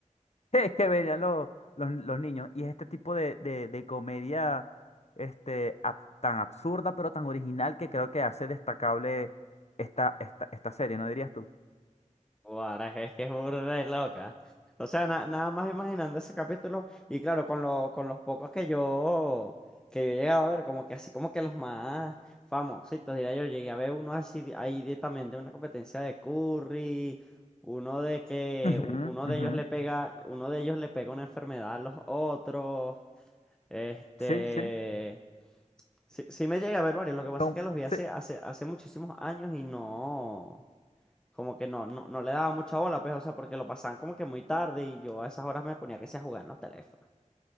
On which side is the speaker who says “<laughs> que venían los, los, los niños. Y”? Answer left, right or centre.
Left